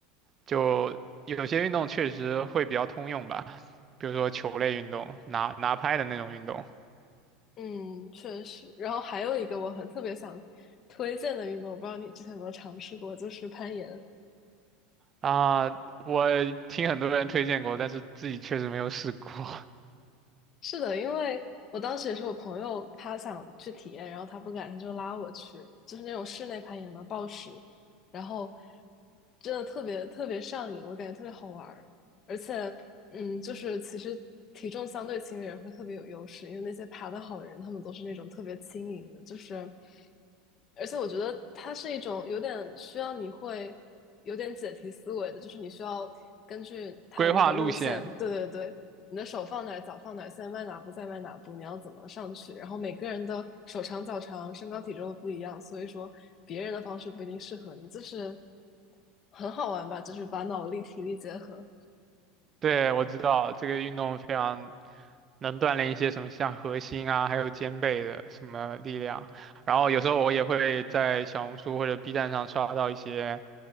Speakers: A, on the right; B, on the left.
A: 就有些运动确实会比较通用吧。比如说球类运动，拿拿拍的那种运动
B: 嗯，确实。然后还有一个我很特别想推荐的运动，我不知道你之前有没有尝试过，就是攀岩。
A: 啊，我听很多人推荐过，但是自己确实没有试过。<laughs>
B: 是的，因为我当时也是我朋友，他想去体验，然后他不敢，他就拉我去，就是那种室内攀岩嘛，暴食，然后真的特别特别上瘾，我感觉特别好玩儿。而且，嗯，就是其实体重相对轻的人会特别有优势，因为那些爬得好的人，他们都是那种特别轻盈的，就是，而且我觉得它是一种有点需要你会有点解题思维的，就是你需要根据它的那个路线，
A: 规划路线，
B: 对对对，你的手放哪儿，脚放哪儿，现在迈哪步，再迈哪步，你要怎么上去？然后每个人的手长脚长、身高体重都不一样，所以说别人的方式不一定适合你，就是很好玩吧，就是把脑力体力结合。
A: 对，我知道这个运动非常能锻炼一些什么像核心啊，还有肩背的什么力量。然后有时候我也会在小红书或者 B 站上刷到一些，